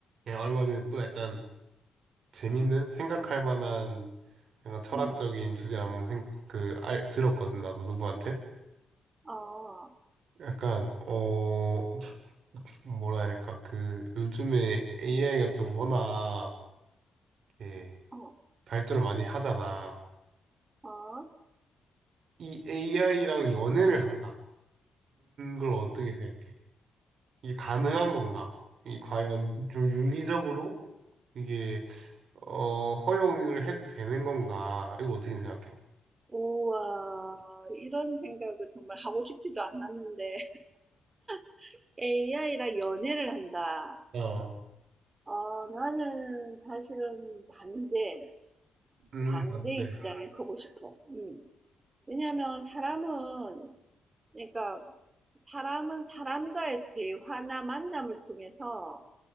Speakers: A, on the right; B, on the right.
A: 예 얼마는 또 약간 재밌는 생각할 만한 약간 철학적인
B: 음,
A: 주제를 한번 생, 그, 알, 들었거든, 나도 누구한테.
B: 아,
A: 약간, 어, 뭐라 해야 될까, 그, 요즘에 AI가 또 워낙, 예
B: 어,
A: 발전을 많이 하잖아.
B: 아,
A: 이 AI랑 연애를 한다는 걸 어떻게 생각해? 이게 가능한 건가? 이 과연 좀 윤리적으로 이게, 어, 허용을 해도 되는 건가? 이거 어떻게 생각해?
B: 우와, 이런 생각을 정말 하고 싶지도 않았는데, <laughs> AI랑 연애를 한다.
A: 어,
B: 어, 나는 사실은 반대,
A: 음,
B: 반대
A: 반대.
B: 입장에 서고 싶어. 음, 왜냐면 사람은, 그러니까 사람은 사람과의 대화나 만남을 통해서